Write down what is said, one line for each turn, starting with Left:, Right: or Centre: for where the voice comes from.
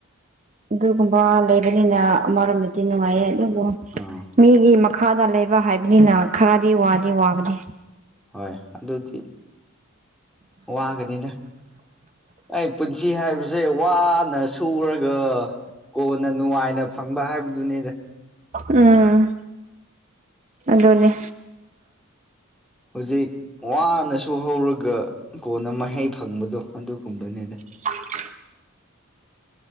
Right: ꯑꯗꯨꯒꯨꯝꯕ ꯂꯩꯕꯅꯤꯅ ꯑꯃꯔꯣꯝꯗꯗꯤ ꯅꯨꯡꯉꯥꯏꯌꯦ ꯑꯗꯨ
Centre: ꯑꯥ
Right: ꯃꯤꯒꯤ ꯃꯈꯥꯗ ꯂꯩꯕ ꯍꯥꯏꯕꯅꯤꯅ ꯈꯔꯗꯤ ꯋꯥꯗꯤ ꯋꯥꯕꯅꯤ
Centre: ꯍꯣꯏ ꯑꯗꯨꯗꯤ ꯋꯥꯒꯅꯤꯅ ꯑꯩ ꯄꯨꯟꯁꯤ ꯍꯥꯏꯕꯁꯦ ꯋꯥꯅ ꯁꯨꯔꯒ ꯀꯣꯟꯅ ꯅꯨꯡꯉꯥꯏꯅ ꯐꯪꯕ ꯍꯥꯏꯕꯗꯨꯅꯤꯗ
Right: ꯎꯝ ꯑꯗꯨꯅꯦ
Centre: ꯍꯧꯖꯤꯛ ꯋꯥꯅꯁꯨ ꯍꯧꯔꯒ ꯀꯣꯟꯅ ꯃꯍꯩ ꯐꯪꯕꯗꯣ ꯑꯗꯨꯒꯨꯝꯕꯅꯤꯗ
Right: ꯍ <inaudible>